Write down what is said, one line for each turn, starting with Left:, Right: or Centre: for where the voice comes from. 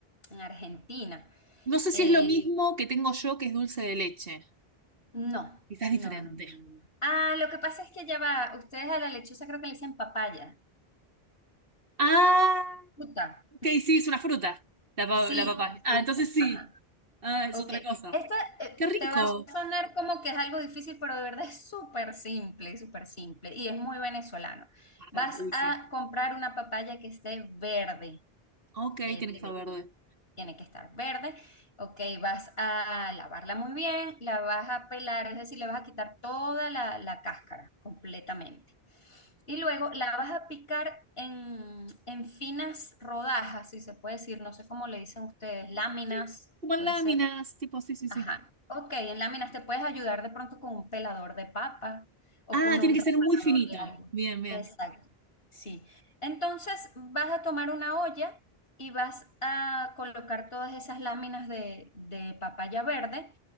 Left: en Argentina.
Right: No sé
Left: Eh,
Right: si es lo mismo que tengo yo, que es dulce de leche.
Left: no,
Right: Quizás
Left: no,
Right: diferente.
Left: no, no, no. no. Ah, lo que pasa es que ya va, ustedes a la lechosa creo que le dicen papaya,
Right: Ah,
Left: fruta.
Right: ok, sí, es una fruta, la, pa-
Left: Sí,
Right: la Sí. papaya.
Left: la
Right: Ah,
Left: fruta,
Right: entonces sí.
Left: ajá.
Right: Ah, es
Left: Ok,
Right: otra cosa.
Left: esta eh,
Right: Qué rico.
Left: te va a sonar como que es algo difícil, pero de verdad es súper simple, súper simple y es muy venezolano.
Right: A
Left: Vas
Right: ver, uy,
Left: a
Right: sí.
Left: comprar una papaya que esté verde,
Right: Ok, tiene
Left: verde,
Right: que estar
Left: verde.
Right: verde.
Left: Tiene que estar verde. Ok, vas a lavarla muy bien, la vas a pelar, es decir, le vas a quitar toda la, la cáscara completamente. Y luego la vas a picar en, en finas rodajas, si se puede decir, no sé cómo le dicen ustedes, láminas,
Right: Sí, como en
Left: puede
Right: láminas,
Left: ser.
Right: tipo, sí, sí,
Left: Ajá.
Right: sí.
Left: Ok, en láminas te puedes ayudar de pronto con un pelador de papa o
Right: Ah,
Left: con
Right: tiene
Left: un
Right: que
Left: remanador
Right: ser muy finito.
Left: de algo.
Right: Bien, bien.
Left: Exacto. Sí. Entonces vas a tomar una olla y vas a colocar todas esas láminas de, de papaya verde